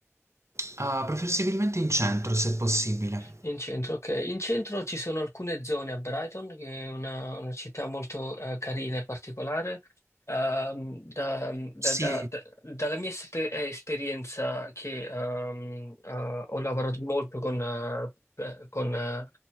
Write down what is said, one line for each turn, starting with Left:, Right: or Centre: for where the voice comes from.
Right: Ah, preferibilmente in centro, se possibile.
Left: In centro, ok. In centro ci sono alcune zone a Brighton, che è una, una città molto eh, carina e particolare. Ehm, da- da-
Right: Sì,
Left: da- da- dalla mia espe- eh, esperienza, che ehm, eh, ho lavorato molto con, eh, eh, con, eh,